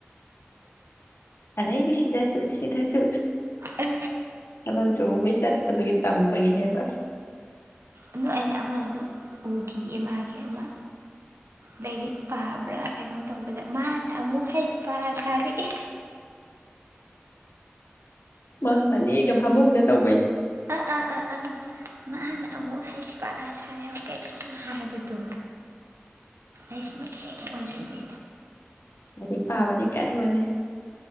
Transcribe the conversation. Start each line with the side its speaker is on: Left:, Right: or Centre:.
Left: ꯑꯗꯥꯏꯅꯤ ꯁꯤꯗꯥ ꯆ ꯁꯤꯗꯥ ꯆ
Right: ꯑꯥ
Left: ꯑꯕ ꯑꯆꯣꯡꯧꯕꯩ ꯇꯠꯄꯗꯨꯒꯤ ꯇꯝꯕꯒꯤꯅꯦꯕ
Right: ꯑꯗꯣ ꯑꯩꯅ ꯑꯃꯁꯨ ꯎꯈꯤꯌꯦ ꯃꯥꯒꯤ ꯑꯃ ꯂꯥꯏꯔꯤꯛ ꯄꯥꯕ꯭ꯔꯥ ꯀꯩꯅꯣꯝ ꯇꯧꯕꯗ ꯃꯥꯅ ꯑꯃꯨꯛ ꯍꯩꯄ ꯁꯥꯔꯛꯑꯦ
Left: ꯃ ꯃꯅꯤ ꯀ ꯐꯝꯨꯒꯅ ꯇꯧ
Right: ꯑ ꯑꯥ ꯑꯥ ꯑꯥ ꯃꯥꯅ ꯑꯃꯨꯛ ꯍꯥꯏꯁꯤ ꯄꯥꯥ ꯁꯥꯟꯕ ꯀꯔꯤꯨꯝ ꯍꯥꯏꯕꯗꯣ ꯑꯩꯁ ꯅꯨꯄꯤ ꯑꯣꯏꯁꯤꯗꯤ
Left: ꯀꯔꯤ ꯄꯥꯕꯗꯤ ꯀꯟꯕꯅꯦ